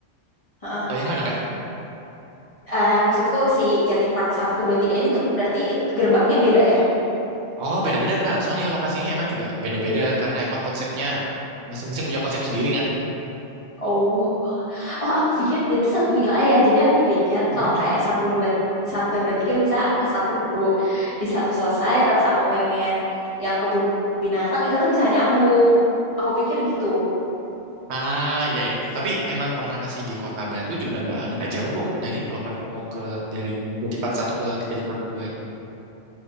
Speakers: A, on the left; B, on the right.
A: Heeh.
B: atau yang mana kak?
A: Eh, maksudku si Jatim Park satu dua tiga ini tuh berarti gerbangnya beda ya
B: Oh beda-beda kak, soalnya lokasinya emang juga beda-beda karena emang konsepnya masing-masing punya konsep sendiri kan.
A: oh Oh, aku pikir dia tuh satu wilayah. Jadi aku pikir
B: <laughs>
A: kalau kayak satu dua satu dua tiga, misalnya aku ke satu dulu, di satu selesai, terus aku pengen yang kebun binatang itu tuh bisa nyambung. Aku pikir gitu.
B: Ah iya ya, tapi emang karena masih di Kota Batu juga nggak nggak jauh kok kak. Jadi kalau kakak mau ke dari Jatipat satu ke Jatipat dua itu.